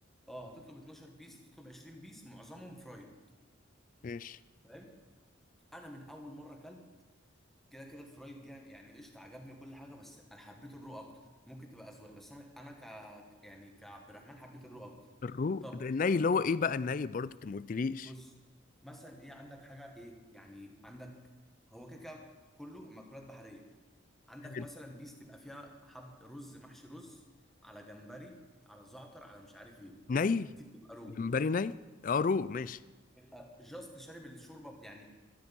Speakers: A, in the centre; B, on the left.
A: اه هتطلب 12 بيس هتطلب 20 بيس معظمهم فرايد
B: ماشي
A: فاهم انا من اول مره اكلت كده كده الفرايد جا يعني قشطه عجبني وكل حاجه بس انا حبيت الرو اكتر ممكن تبقى اذواق بس انا انا ك يعني كعبد الرحمن حبيت الرو اكتر
B: الروق
A: طب
B: ده الني اللي هو ايه بقى الني برضه انت ما قلتليش
A: بص مثلا ايه عندك حاجه ايه يعني عندك هو كده كده كله مأكولات بحريه عندك
B: حلو
A: مثلا بيس تبقى فيها حب رز محشي رز على جمبري على زعتر على مش عارف ايه
B: ني
A: دي بتبقى رو
B: جمبري ني اه رو ماشي
A: يبقى جاست شارب الشوربه يعني